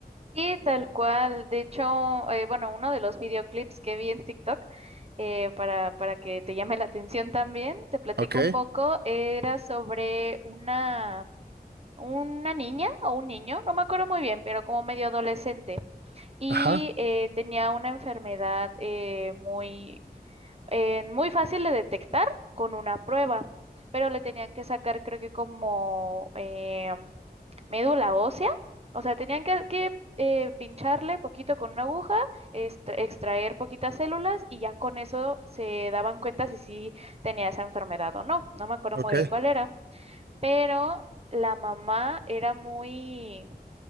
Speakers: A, on the right; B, on the right.
A: Sí, tal cual. De hecho, eh, bueno, uno de los videoclips que vi en TikTok, eh, para, para que te llame la atención también, te platico
B: Ok,
A: un poco, era sobre una una niña o un niño, no me acuerdo muy bien, pero como medio adolescente. Y
B: ajá,
A: eh, tenía una enfermedad eh, muy, eh, muy fácil de detectar con una prueba, pero le tenían que sacar creo que como eh, médula ósea, o sea, tenían que, que, eh, pincharle poquito con una aguja, extra- extraer poquitas células y ya con eso se daban cuenta si sí tenía esa enfermedad o no. No me acuerdo
B: ok.
A: muy bien cuál era pero la mamá era muy,